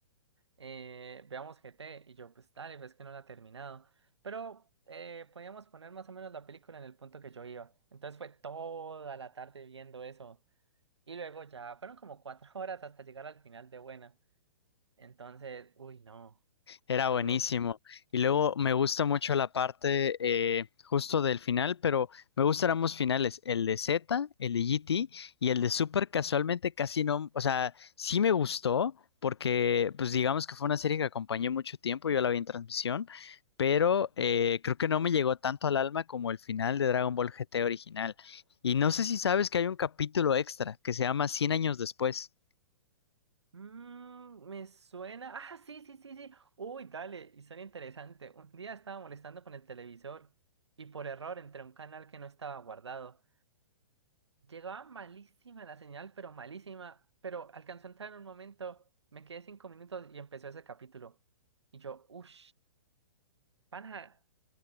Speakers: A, on the right; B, on the left.
A: eh, veamos GT y yo pues dale, ves que no la he terminado, pero eh, podíamos poner más o menos la película en el punto que yo iba, entonces fue toda la tarde viendo eso y luego ya fueron como cuatro <laughs> horas hasta llegar al final de buena, entonces, uy, no,
B: Era
A: duro.
B: buenísimo. Y luego
A: Sí.
B: me gusta mucho la parte eh, justo del final, pero me gustan ambos finales, el de Z, el de GT y el de Super casualmente casi no, o sea, sí me gustó porque pues digamos que fue una serie que acompañé mucho tiempo, yo la vi en transmisión, pero eh, creo que no me llegó tanto al alma como el final de Dragon Ball GT original. Y no sé si sabes que hay un capítulo extra que se llama Cien años después.
A: Mm, me suena. Ah, sí, sí, sí, sí. Uy, dale, historia interesante. Un día estaba molestando con el televisor y por error entré a un canal que no estaba guardado. Llegaba malísima la señal, pero malísima. Pero alcanzó a entrar en un momento, me quedé cinco minutos y empezó ese capítulo. Y yo, uff, pana,